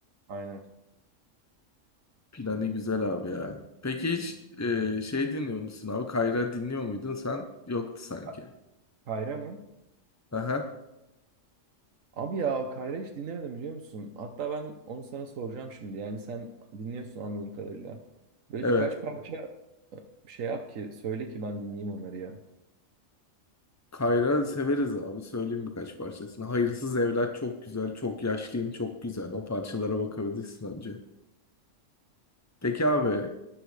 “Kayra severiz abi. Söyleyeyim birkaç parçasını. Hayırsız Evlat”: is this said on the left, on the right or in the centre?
Left